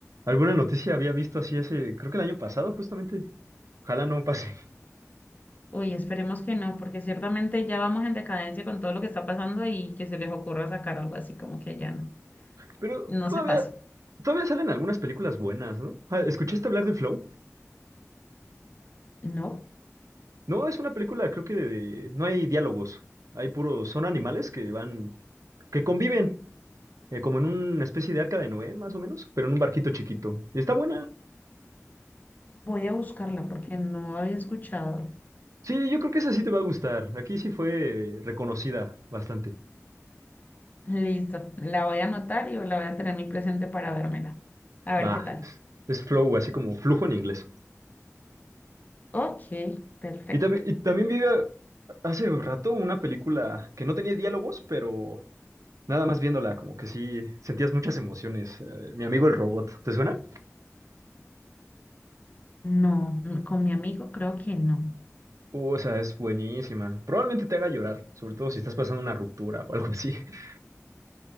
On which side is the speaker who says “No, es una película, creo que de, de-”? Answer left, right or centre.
Right